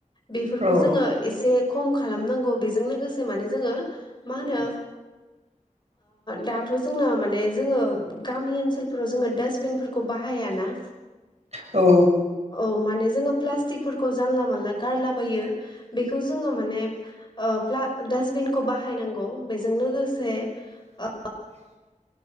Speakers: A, on the left; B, on the right.
A: बेफोरखौ
B: औ
A: जोङो एसे खम खालामनांगौ बेजों लोगोसे माने जोङो मा होनो दाथ' जोंना माने जोङो गामि ओनसोलफोराव जोङो डास्टबिनफोरखौ बाहायाना
B: औ
A: औ माने जोंङो प्लास्टिकफोरखौ जानला मानला गारलाबायो बेखौ जोंङो माने प्ला डासटबिनखौ बाहायनांगौ बेजों लोगोसे
B: <inaudible>
A: ओ